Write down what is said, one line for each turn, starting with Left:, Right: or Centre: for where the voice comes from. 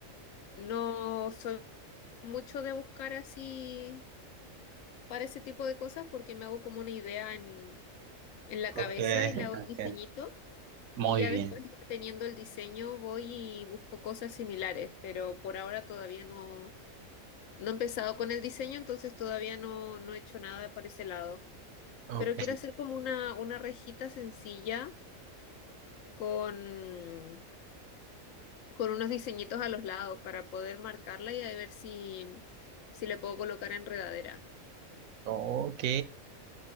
Left: no soy mucho de buscar así para ese tipo de cosas porque me hago como una idea en, en la
Right: Ok,
Left: cabeza y le hago
Right: ok.
Left: el diseñito
Right: Muy
Left: y ya
Right: bien.
Left: después ya teniendo el diseño voy y busco cosas similares, pero por ahora todavía no, no he empezado con el diseño, entonces todavía no, no he hecho nada por ese lado.
Right: Ok,
Left: Pero quiero hacer como una, una rejita sencilla con, con unos diseñitos a los lados para poder marcarla y a ver si, si le puedo colocar enredadera.
Right: ok.